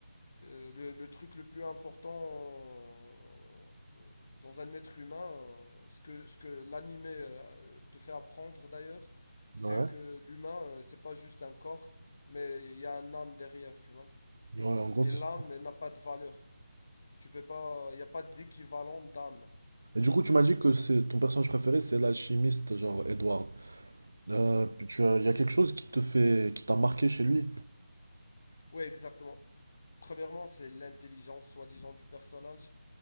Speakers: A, on the left (about 30°); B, on the right (about 80°).
A: euh, le, le truc le plus important euh, dans un être humain, euh, ce que, ce que l'animé euh, te fait apprendre d'ailleurs, c'est
B: Ouais.
A: que l'humain, euh, c'est pas juste un corps, mais il y a un âme derrière, tu vois.
B: Ouais, en gros,
A: Et
B: c'est...
A: l'âme, elle n'a pas de valeur. Tu peux pas, il n'y a pas d'équivalent d'âme.
B: Et du coup, tu m'as dit que c'est ton personnage préféré, c'est l'alchimiste, genre Edward. Euh, tu as- il y a quelque chose qui te fait, qui t'a marqué chez lui.
A: Oui, exactement. Premièrement, c'est l'intelligence, soi-disant, du personnage.